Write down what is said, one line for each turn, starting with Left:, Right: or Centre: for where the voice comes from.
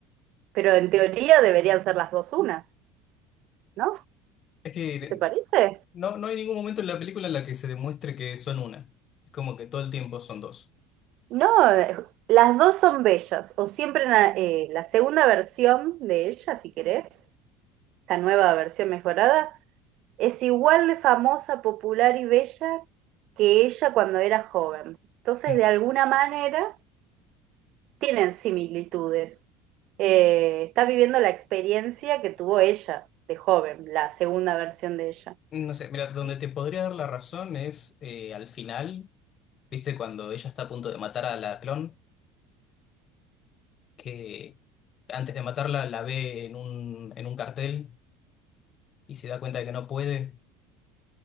Right: Pero en teoría deberían ser las dos una, ¿no?
Left: Es que eh,
Right: ¿Te parece?
Left: no, no hay ningún momento en la película en la que se demuestre que son una. Es como que todo el tiempo son dos.
Right: No, eh, las dos son bellas, o siempre en la, eh, la segunda versión de ella, si querés, esta nueva versión mejorada, es igual de famosa, popular y bella que ella cuando era joven. Entonces,
Left: Mm.
Right: de alguna manera, tienen similitudes. Eh, está viviendo la experiencia que tuvo ella de joven, la segunda versión de ella.
Left: No sé, mira, donde
Right: Y,
Left: te podría dar la razón es eh, al final, viste, cuando ella está a punto de matar a la clon. que antes de matarla la ve en un, en un cartel y se da cuenta de que no puede